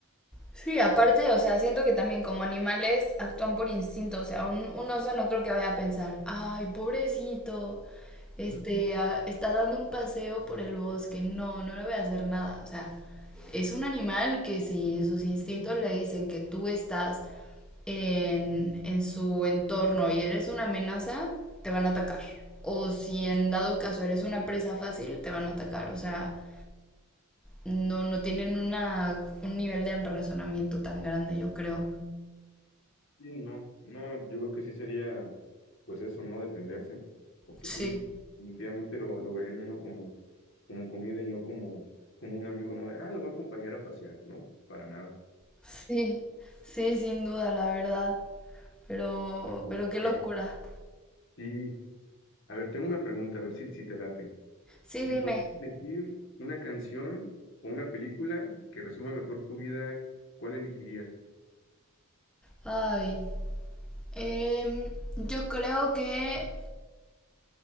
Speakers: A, in the centre; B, on the left (about 55°).
A: Sí, aparte, o sea, siento que también como animales actúan por instinto, o sea, un, un oso no creo que vaya a pensar, ay, pobrecito, este,
B: <laughs>
A: ah, está dando un paseo por el bosque, no, no le voy a hacer nada, o sea, es un animal que si sus instintos le dicen que tú estás en, en su entorno y eres una amenaza, te van a atacar, o si en dado caso eres una presa fácil, te van a atacar, o sea no, no tienen una, un nivel de razonamiento tan grande, yo creo.
B: Sí, no, no, yo creo que sí sería, pues eso, ¿no? Defenderse, porque
A: Sí.
B: sí, definitivamente lo, lo verían uno como, como comida y no como, como un amigo, ¿no? De, ah, lo voy a acompañar a pasear, no, para nada.
A: Sí, sí, sin duda, la verdad. Pero,
B: A
A: pero qué
B: a
A: locura.
B: ver, sí, a ver, tengo una pregunta, a ver si, si te late.
A: Sí,
B: Si
A: dime.
B: pudieras elegir una canción o una película que resuma mejor tu vida, ¿cuál elegirías?
A: Ay, em, yo creo que